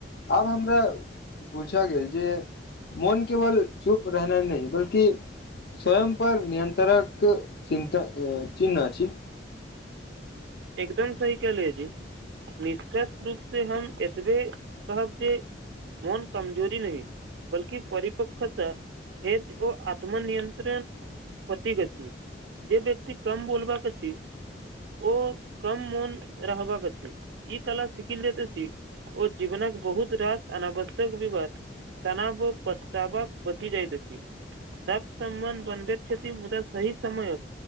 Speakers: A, on the left (about 60°); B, on the right (about 70°).
A: आब हमरा बुझा गेल जे मोन केवल चुप रहनाइ नहि बल्कि स्वयं पर नियन्त्रक चिन्ता इ चिन्ह अछि
B: एकदम सही केहले जी निषकर्ष रूप से हम एतबे कहब जे मोन कमजोरी नहि बल्कि परिपक्खत भेद ओ आत्मनियत्रण प्रतिक अछि जे व्यक्ति कम बोलबाक अछि ओ कम मोन रहबाक अछि ई कला सिखी लेत अछि ओ जीवनक बहुत रास अनावश्यक विवाद तनाबो पचतावा बची जाइत अछि सक समबन्ध बनबेति छथि मुदा सही समय